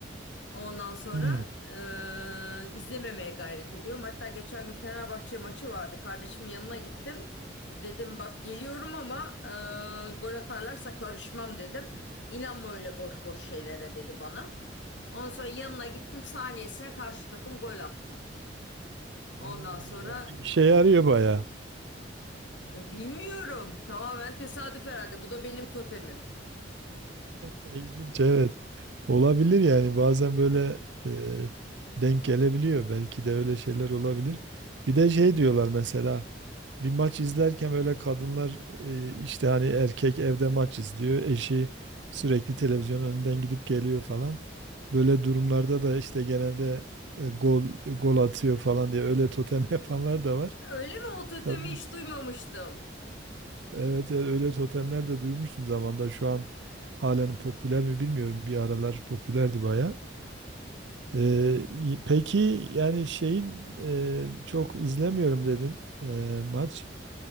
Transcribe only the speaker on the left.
Ondan sonra
eee, izlememeye gayret ediyorum. Hatta geçen gün Fenerbahçe maçı vardı. Kardeşimin yanına gittim. Dedim bak geliyorum ama eee, gol atarlarsa karışmam dedim. İnanma öyle boş boş şeylere dedi bana. Ondan sonra yanına gittim saniyesine karşı takım gol attı. Ondan
sonra
ya bilmiyorum tamamen tesadüf herhalde bu da benim totemim.
Öyle mi o totemi
hiç duymamıştım.